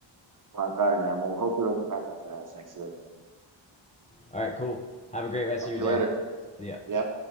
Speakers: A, on the right; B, on the left.
A: Right, right, man. We'll hopefully we'll get back up to that next year.
B: All right, cool. Have a great rest
A: Talk
B: of your
A: to
B: day.
A: you later.
B: See ya.
A: Yeah.